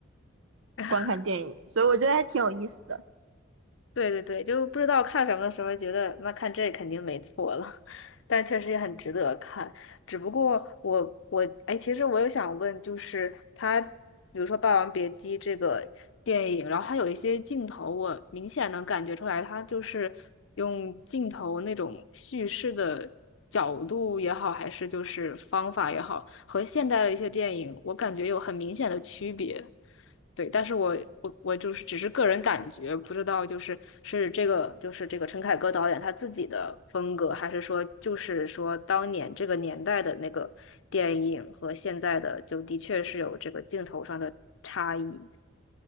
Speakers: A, on the left (about 70°); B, on the right (about 75°).
A: <laughs>
B: 观看电影，所以我觉得还挺有意思的。
A: 对对对，就不知道看什么的时候，觉得那看这肯定没错了，<laughs> 但确实也很值得看。只不过我我哎，其实我有想问，就是他，比如说《霸王别姬》这个电影，然后它有一些镜头，我明显能感觉出来，它就是用镜头那种叙事的角度也好，还是就是方法也好，和现代的一些电影，我感觉有很明显的区别。对，但是我我我就是只是个人感觉，不知道就是是这个就是这个陈凯歌导演他自己的风格，还是说就是说当年这个年代的那个电影和现在的就的确是有这个镜头上的差异。